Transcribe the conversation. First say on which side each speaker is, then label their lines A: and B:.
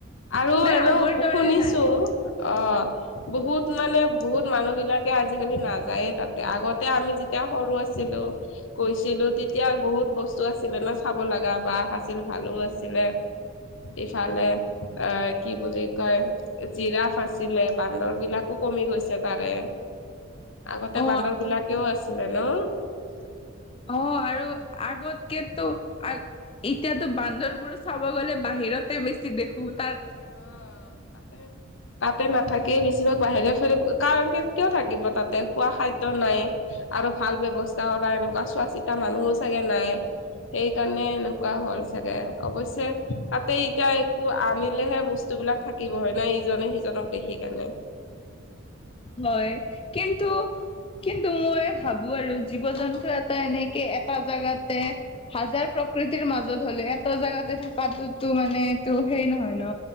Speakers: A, on the left (about 70°); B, on the left (about 25°).
A: আৰু
B: মানে
A: এনেও
B: আগৰ দৰে
A: শুনিছো
B: নাই
A: অ', অহ। বহুত মানে বহুত মানুহ বিলাকে আজিকালি নাযায়ে তাতে আগতে আমি যেতিয়া সৰু আছ চিলো কৈছিলো তেতিয়া বহুত বস্তু আছিল ন' চাব লগা বাঘ আছিল, ভালুক আছিল ইফালে অ', কি বুলি কয় জিৰাফ আচিলে বান্দৰ বিলাকো কমি গৈছে তাৰে। আগতে
B: অ
A: বান্দৰ বিলাকেও আছিলে ন'
B: অহ, আৰু আগত কেতু এতিয়াতো বান্দৰবোৰো চাব গ'লে বাহিৰতে বেছি দেখো তাৰ
A: উম, তাতে -তাতে নাথাকেই বেছিভাগ। বাহিৰে ফুৰি কাৰণ কে কিয় থাকিব তাতে খোৱা খাদ্য নাই আৰু ভাল ব্যৱস্থাও নাই। এনেকুৱা চোৱা -চিতা মানুহও চাগে নাই সেইকাৰণে এনেকুৱা হ'ল চাগে অৱশ্যে তাতে এতিয়া একো আমি দিলেহে বস্তুবিলাক থাকিব হয় নহ ইজনে- সিজনক দেখি কেনে।
B: হয়, কিন্ত কিন্তু মই ভাবো আৰু জীৱ -জন্তু এটা এনেকে এটা জোগাতে হাজাৰ প্ৰকৃতিৰ মাজত হ'লে এটা জাগাতে থকাটোতো মানে এইটো হেই নহয় ন'